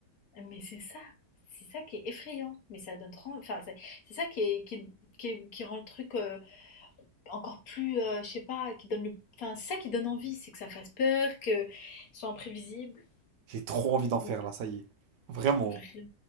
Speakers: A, on the left; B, on the right.
A: Mais c'est ça, c'est ça qui est effrayant. Mais ça donne trop. Enfin, c'est c'est ça qui est, qui est- qui est- qui rend le truc euh, encore plus, euh, je sais pas, qui donne le. Enfin, c'est ça qui donne envie, c'est que ça fasse peur, que ce soit imprévisible.
B: J'ai trop envie d'en faire
A: Donc,
B: là, ça y est. Vraiment.
A: vra-